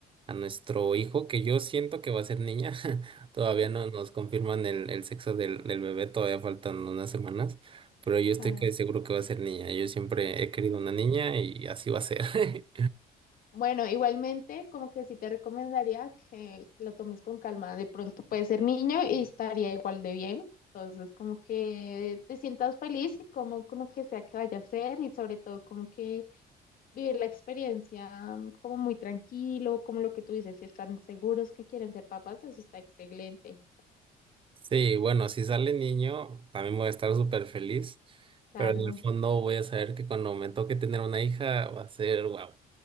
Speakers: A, on the right; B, on the left.
A: a nuestro hijo, que yo siento que va a ser niña, <laughs> todavía no nos confirman el, el sexo del, del bebé, todavía faltan unas semanas, pero yo estoy
B: claro.
A: que seguro que va a ser niña, yo siempre he querido una niña y así va a ser. <laughs>
B: Bueno, igualmente, como que sí te recomendaría que lo tomes con calma. De pronto puedes ser niño y estaría igual de bien. Entonces, como que te sientas feliz y como con lo que sea que vaya a ser y sobre todo como que vivir la experiencia mm, como muy tranquilo, como lo que tú dices, si están seguros que quieren ser papás, eso está excelente.
A: Sí, bueno, si sale niño, también voy a estar súper feliz,
B: Claro,
A: pero en el fondo voy a saber que cuando me toque tener una hija va a ser guau.